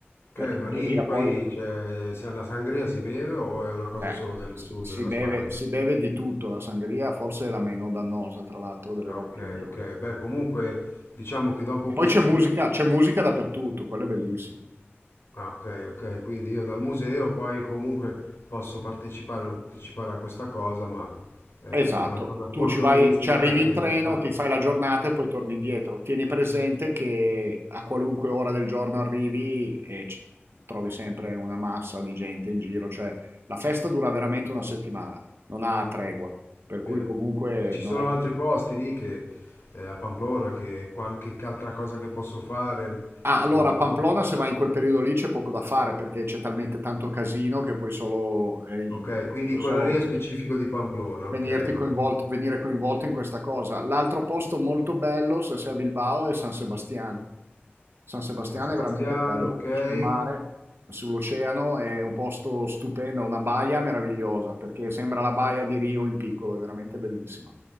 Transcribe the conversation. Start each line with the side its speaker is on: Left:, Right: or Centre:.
Left: Ok,
Right: Perché
Left: ma
Right: in
Left: lì
Right: teoria
Left: poi
Right: poi...
Left: c'è, se la sangria si beve o è una cosa
Right: Eh,
Left: solo del
Right: si,
Left: sud
Right: si
Left: della
Right: beve,
Left: Spagna?
Right: si beve di tutto, la sangria forse è la meno dannosa, tra l'altro, delle
Left: Ah,
Right: robe
Left: Ok,
Right: che bevono.
Left: ok, beh comunque diciamo che dopo
Right: E
Left: questo...
Right: poi c'è musica, c'è musica dappertutto, quello è bellissimo.
Left: Ah, ok, ok, quindi io dal museo poi comunque posso partecipare o non partecipare a questa cosa, ma è,
Right: Esatto,
Left: è una cosa folcloristica
Right: tu ci vai, ci arrivi
Left: che
Right: in treno,
Left: ci sta.
Right: ti fai la giornata e poi torni indietro. Tieni presente che a qualunque ora del giorno arrivi e ci- trovi sempre una massa di gente in giro, cioè la festa dura veramente una settimana, non ha tregua,
Left: ok.
Right: per cui comunque
Left: E ci sono
Right: non è che...
Left: altri posti lì che eh, a Pamplona che qualche altra cosa che posso fare.
Right: Ah, allora
Left: o-
Right: a Pamplona se vai in quel periodo lì c'è poco da fare perché c'è talmente tanto casino che puoi solo, eh,
Left: ok, quindi
Right: puoi
Left: quello
Right: solo
Left: lì è specifico di Pamplona, ok,
Right: venirti coinvolto,
Left: ok.
Right: venire coinvolto in questa cosa. L'altro posto molto bello, se sei a Bilbao, è San Sebastian. San Sebastian
Left: San Sebastiano,
Right: è veramente bella,
Left: ok.
Right: sul mare, sull'oceano, è un posto stupendo, una baia meravigliosa perché sembra la baia di Rio in piccolo, è veramente bellissima.